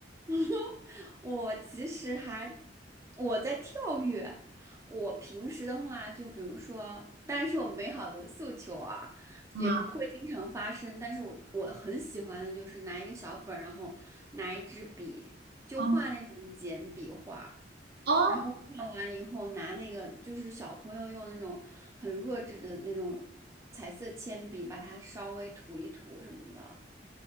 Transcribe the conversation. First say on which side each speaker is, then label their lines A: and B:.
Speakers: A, on the right; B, on the right.
A: <laughs> 我其实还我在跳跃。我平时的话，就比如说，当然是我美好的诉求啊，
B: 啊，
A: 也不会经常发生。但是我我很喜欢的就是拿一个小本儿，然后拿一支笔，就画那种简笔画。
B: 哦，哦
A: 然后画完以后，拿那个就是小朋友用那种很弱智的那种彩色铅笔，把它稍微涂一涂什么的。